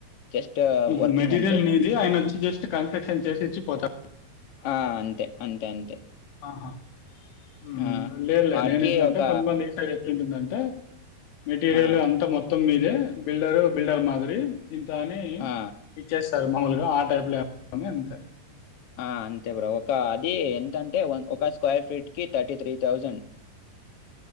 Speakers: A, on the left (about 70°); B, on the left (about 85°).
A: జస్ట్
B: ఉహుమ్
A: వర్కింగ్
B: మెటీరియల్
A: అంతే
B: నిది ఆయన వచ్చి జస్ట్ కన్స్ట్రక్షన్ చేసి ఇచ్చి పోతా
A: ఆ అంతే అంతే అంతే
B: ఆహా ఉం
A: ఆ
B: లేదులే
A: వాడికి
B: నేను ఇట్లా అంట
A: ఒక
B: కొంతమంద్ దిసా ఏంటుందంటే మెటీరియల్
A: ఆ
B: అంత మొత్తం మీ ఇదే బిల్డరు బిల్డర్ మాదిరి ఇంత అని
A: ఆ
B: ఇచ్చేస్ టల్ మామూలుగ ఆ టైప్ లో ఏమో అని అంతే
A: ఆ అంతే బ్రో ఒక అది ఎంతంటే వన్ ఒక స్క్వేర్ ఫీట్ కి థర్టీ త్రీ థౌజండ్